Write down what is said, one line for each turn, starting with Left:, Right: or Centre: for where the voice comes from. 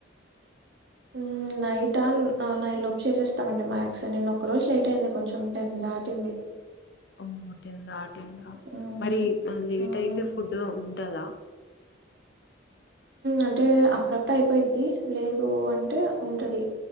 Right: ఉ నైట్ ఆన్ నైన్ లోలుప్ చేసేస్తామండి మ్యాక్స్ నిన ఒక రోజు లేట్ అయింది కొంచెం టెన్ని దాటింది
Left: అమ్మో టెన్ దాటింద
Right: హ్మ్.
Left: మరి లేట్
Right: హ్మ్.
Left: అయితే ఫుడ్ ఉంటదా
Right: అంటే అప్పుడప్పుడు అయిపోయిద్ది లేదు అంటే ఉంటది